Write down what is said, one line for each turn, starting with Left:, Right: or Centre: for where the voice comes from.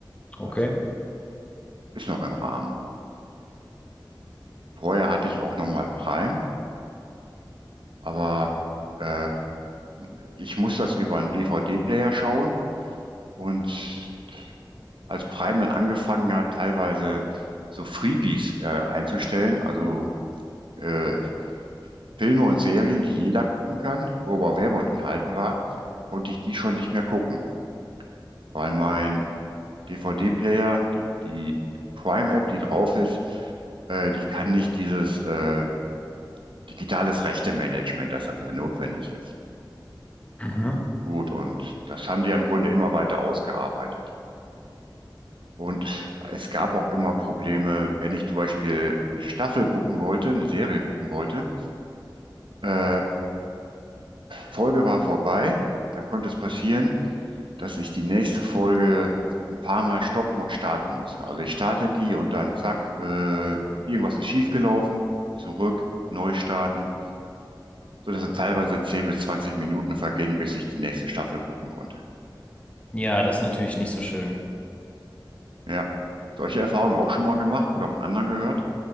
Right: Also
Left: Okay.
Right: ist noch im Rahmen. Vorher hatte ich auch nochmal Prime, aber äh, ich muss das über einen DVD-Player schauen. Und als Prime dann angefangen hat, teilweise so Freebies äh, einzustellen, also äh, Filme und Serien, die jeder gucken kann, wo aber Werbung enthalten war, konnte ich die schon nicht mehr gucken, weil mein DVD-Player, die, die Prime-App, die drauf ist, äh, die kann nicht dieses äh, digitales Rechte-Management, das dafür notwendig ist.
Left: Mhm.
Right: Gut, und das haben die ja im Grunde immer weiter ausgearbeitet. Und es gab auch immer Probleme, wenn ich zum Beispiel eine Staffel gucken wollte, eine Serie gucken wollte, äh, Folge war vorbei, dann konnte es passieren, dass ich die nächste Folge ein paar Mal stoppen und starten musste. Also ich starte die und dann zack, äh, irgendwas ist schiefgelaufen, zurück, neu starten, sodass dann teilweise 10 bis 20 Minuten vergingen, bis ich die nächste Staffel gucken konnte.
Left: Ja,
Right: Und
Left: das ist natürlich nicht so schön.
Right: ja, solche Erfahrungen auch schon mal gemacht oder von anderen gehört?